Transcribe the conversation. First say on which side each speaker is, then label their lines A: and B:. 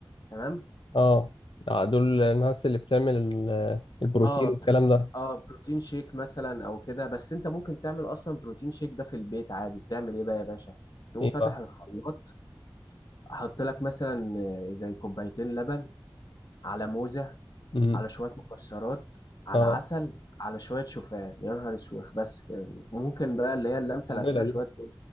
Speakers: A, on the left (about 50°); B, on the left (about 80°).
A: تمام
B: اه آه، دول الناس اللي بتعمل ال- البروتين
A: اه برو...
B: والكلام ده
A: اه بروتين شيك مثلا او كده بس انت ممكن تعمل اصلا بروتين شيك ده في البيت عادي بتعمل ايه بقى يا باشا تقوم
B: ايه
A: فاتح
B: بقى
A: الخلاط حط لك مثلا آه، زي كوبايتين لبن على موزة
B: امم
A: على شوية مكسرات على
B: اه
A: عسل على شوية شوفان يا نهار اسوخ بس كده ممكن بقى اللي هي اللمسة
B: قنبله
A: الأخيرة
B: دي
A: شوية فول